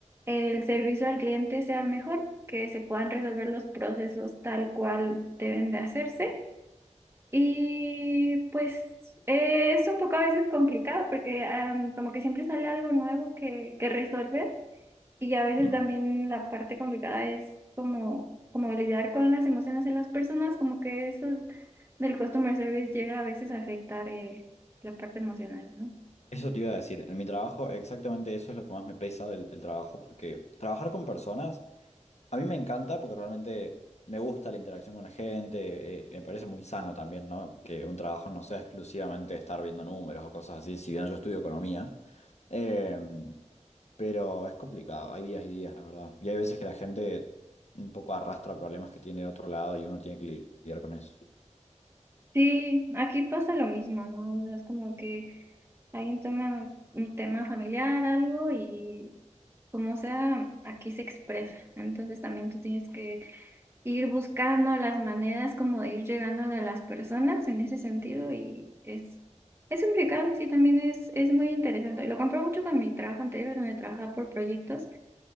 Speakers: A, on the right (about 20°); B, on the left (about 60°).
A: el servicio al cliente sea mejor, que se puedan resolver los procesos tal cual deben de hacerse y pues eh, es un poco a veces complicado porque am, como que siempre sale algo nuevo que, que resolver y a veces
B: Mm.
A: también la parte complicada es como, como lidiar con las emociones de las personas, como que eso es- del customer service llega a veces a afectar eh, la parte emocional, ¿no?
B: Eso te iba a decir, en mi trabajo exactamente eso es lo que más me pesa del, del trabajo, porque trabajar con personas a mí me encanta porque realmente me gusta la interacción con la gente, eh, me parece muy sano también, ¿no? Que un trabajo no sea exclusivamente estar viendo números o cosas así, si bien yo estudio economía, Em, pero es complicado, hay días y días, la verdad, y hay veces que la gente un poco arrastra problemas que tiene de otro lado y uno tiene que lidiar con eso.
A: Sí, aquí pasa lo mismo, ¿no? O sea, es como que alguien toma un tema familiar, algo y como sea, aquí se expresa, entonces también tú tienes que ir buscando las maneras como de ir llegando a las personas en ese sentido y es, es complicado, sí, también es, es muy interesante. Y lo compro mucho con mi trabajo anterior donde trabajaba por proyectos